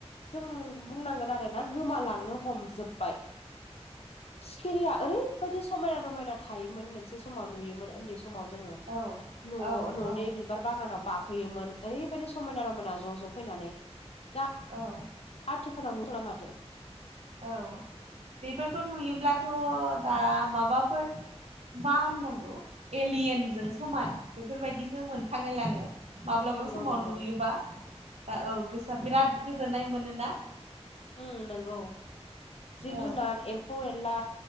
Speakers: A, on the left; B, on the right.
A: जों बुंनांगोन आरोना गोमालांनो हमजोबबाय सिखिरिया ओरैबायदि समायना-रमायना थायोमोन मोनसे समाव नुयोमोन ओन्दै सम समाव जोङो
B: औ
A: न'
B: औ
A: न'नि
B: औ
A: बि बिबार बागानाव बाफैयोमोन ओरैबायदि समायना-रमायना ज' ज' फैनानै दा
B: औ
A: आथिखालाव नुनो थांला माथो
B: औ बेफोरखौ नुयोब्लाथ' दा माबाफोर मा होननांगौ एलियेनजों समान बेफोरबायदिसो मोनखांलाय लाङो माब्लाबा
A: नंगौ
B: समाव
A: नंगौ
B: नुयोबा आ औ गोसोआ बिराद गोजोननाय मोनोना
A: ओम नोंगौ जिब-जुनार
B: औ
A: एम्फौ-एनला,